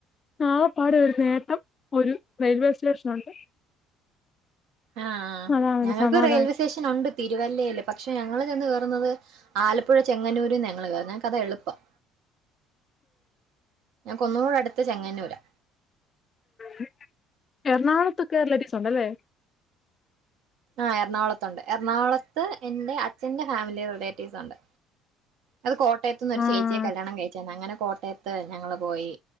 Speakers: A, on the left (about 35°); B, on the right (about 55°).
A: ആകപ്പാടെ ഒരു നേട്ടം ഒരു റെയിൽവേ സ്റ്റേഷനൊണ്ട്.
B: ആ
A: അതാണ്
B: ഞങ്ങക്ക്
A: ഒരു സമാധാനം.
B: റെയിൽവേ സ്റ്റേഷൻ ഒണ്ട് തിരുവല്ലയില്. പക്ഷെ ഞങ്ങൾ ചെന്ന് കേറുന്നത് ആലപ്പുഴ ചെങ്ങന്നൂരന്ന് ഞങ്ങള് കേറുന്നേ. ഞങ്ങക്ക് അതാ എളുപ്പം. ഞങ്ങക്ക് ഒന്നുടെ അടുത്ത് ചെങ്ങന്നൂരാ.
A: ഉം എറണാകൊളത്തൊക്കെ റിലേറ്റീവ്സ് ഉണ്ടല്ലേ?
B: ആ എറണാകൊളത്തുണ്ട്. എറണാകൊളത്ത് എന്റെ അച്ഛന്റെ ഫാമിലി റിലേറ്റീവ്സ് ഉണ്ട്. അത് കോട്ടയത്ത നിന്നൊരു
A: ആഹ്
B: ചേച്ചിയെ കല്യാണം കയിച്ച, അങ്ങനെ കോട്ടയത്ത് ഞങ്ങള് പോയി.